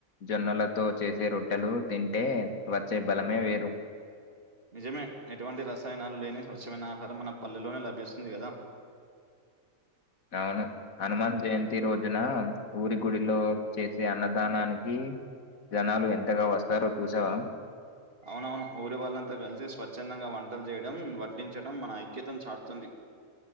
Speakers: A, on the left (about 85°); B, on the right (about 45°).
A: జొన్నలతో చేసే రొట్టెలు, తింటే వచ్చే బలమే వేరు.
B: నిజమే ఎటువంటి రసాయనాలు లేని స్వచ్ఛమైన ఆహారం మన పల్లెలోనే లభిస్తుంది కదా.
A: అవును హనుమాన్ జయంతి రోజున ఊరి గుడిలో చేసే అన్నదానానికి జనాలు ఎంతగా వస్తారో చూసావా?
B: అవునవును ఊరి వాళ్ళంతా కలిసి స్వచ్ఛందంగా వంటలు చేయడం, వడ్డించడం మన ఐక్యతను చాటుతుంది.